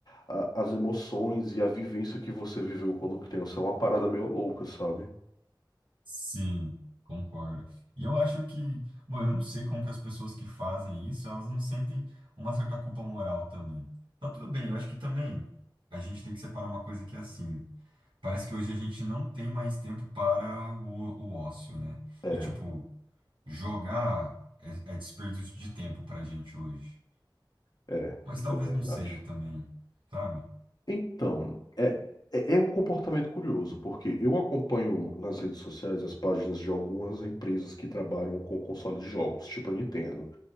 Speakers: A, on the left (about 55°); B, on the right (about 75°).
A: a- as emoções e a vivência que você viveu quando criança. É uma parada meio louca, sabe?
B: Sim, concordo. E eu acho que, bom, eu não sei como que as pessoas que fazem isso, elas não sentem uma certa culpa moral também. Tá tudo bem, eu acho que também a gente tem que separar uma coisa que é assim. Parece que hoje a gente não tem mais tempo para o, o ócio, né?
A: É,
B: E tipo, jogar é, é desperdício de tempo pra gente hoje.
A: é,
B: Mas talvez
A: é verdade.
B: não seja também, sabe?
A: Então, é, é é um comportamento curioso, porque eu acompanho nas redes sociais as páginas de algumas empresas que trabalham com console de jogos, tipo a Nintendo.